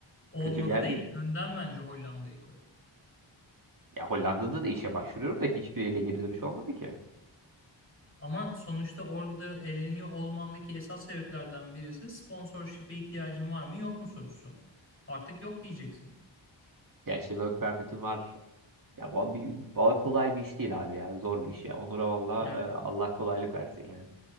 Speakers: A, on the left; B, on the right.
A: Olmadı
B: kötü bir yer
A: değil.
B: değil.
A: Önden bence Hollanda'yı koy.
B: Ya Hollanda'da da işe başvuruyorum da hiçbiriyle geri dönüş olmadı ki.
A: Ama sonuçta orada eleniyor olmandaki esas sebeplerden birisi sponsorship'e ihtiyacın var mı yok mu sorusu. Artık yok diyeceksin.
B: Ya işte work permit'im var. Ya bu bir, bu kolay bir iş değil abi ya zor bir iş ya. Onur'a valla
A: Ya
B: e, Allah kolaylık versin yani.